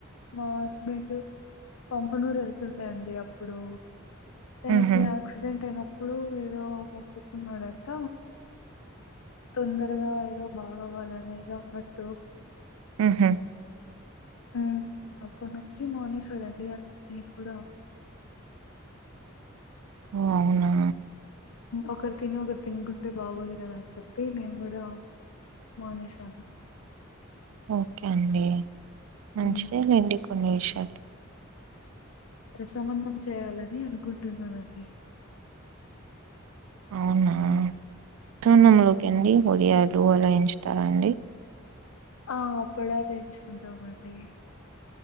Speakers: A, on the left; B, on the right.
A: మా హస్బెండు పొంపునూరు వెళ్తుండే అండి అప్పుడు తనకి
B: మ్హూ,
A: అ యాక్సిడెంట్ అయిన అప్పుడు ఏదో మొక్కుకున్నాడ అంట తొందరగా ఏదో బాగ అవ్వాలనే గా ఉన్నట్టు
B: ఆహ
A: ఆ అక్కటి నుంచి మానేసాడ అండి నేను కూడా
B: ఓ అవునా
A: ఒకరు తిని ఒకరు తినుకుంటే బాగోద్ కద అని చెప్పి నేను కూడా మానేసాను
B: ఓకే అండి మంచిదే
A: హ్మ్.
B: లే అండి కొన్ని విషయాలు
A: రసమ అన్నం చేయాల అని అనుకుంటు ఉన్నాన అండి
B: అవునా వట్టి
A: ఆ!
B: అన్నంలోకి అండి వడియాలు అలా వేయించుతారా అండి
A: ఆ అప్పుడాలు వేయించుకుంటామ అండి